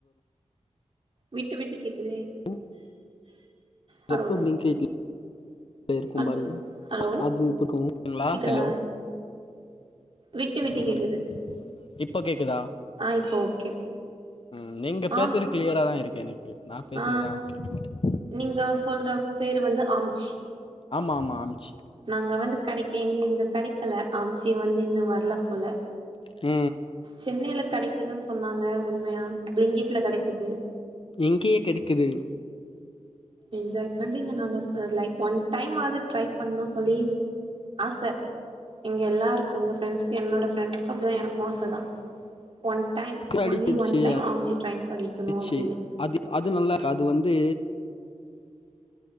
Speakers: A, on the right (about 50°); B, on the left (about 50°).
A: விட்டு விட்டுக் கேக்குதே
B: உ
A: ஹலோ
B: ஸெப்டோ ப்ளிங்கிட்ல இருக்கு
A: ஹல்
B: பாருங்க
A: ஹலோ
B: அது புடிக்கூ துங்களா
A: கேக்குதா
B: ஹலோ
A: விட்டு விட்டு
B: உங்களுக்
A: கேக்குது
B: இப்ப கேக்குதா
A: ஆ இப்போ ஓகே
B: உ நீங்க பேசுறது
A: ஆம்
B: கிளியராதா இருக்கு எனக்கு நா பேசுறதுதா
A: ஆ
B: கேட்க மாட்டேங்
A: நீங்க சொல்ற பேரு வந்து ஆம்ச்சி
B: ஆமா ஆமா ஆம்ச்சி
A: நாங்க வந்து கெடைக் எங்க இங்க கெடைக்கல ஆம்ச்சி வந்து இன்னு வர்ல போல
B: உ
A: சென்னையில கெடைக்குதுனு சொன்னாங்க உண்மையா பிளிங்கிட்ல கெடைக்குது
B: இங்யே கெடைக்குது
A: என்ஜாய் பண்றீங்க நாங்க லைஃப் ஒன் டைமாது ட்ரை பண்ணூ சொல்லி ஆச எங்க எல்லாருக்கு எங்க ஃப்ரெண்ஸ்க்கு என்னோட ஃப்ரெண்ட்ஸ்க்கு அப்டிதா எனக்கூ ஆசதா ஒன் டைம்
B: அடிச்சிச்சு
A: ஒன்லி ஒன் டைம் ஆம்ச்சி ட்ரை பண்ணிக்கணு
B: அடிச்சு
A: அப்டின்னு
B: அது அது நல்லாகு அது வந்து